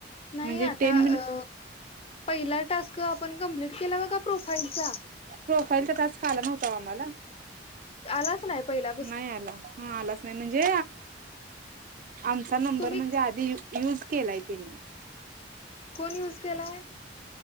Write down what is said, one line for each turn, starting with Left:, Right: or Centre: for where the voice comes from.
Left: नाही
Right: म्हणजे
Left: आता
Right: टेन मिनिट.
Left: अ पहिला टास्क आपण कंप्लीट केला बघा प्रोफाईलचा.
Right: प्रोफाईल चा टास्क आला नव्हतं ओ आम्हाला.
Left: आलाच नाही पहिला.
Right: नाही आला हा आलाच नाही म्हणजे आमचा नंबर
Left: तुम्ही
Right: म्हणजे आधी. युज केलाय त्यांनी.
Left: कोण यूज केलाय?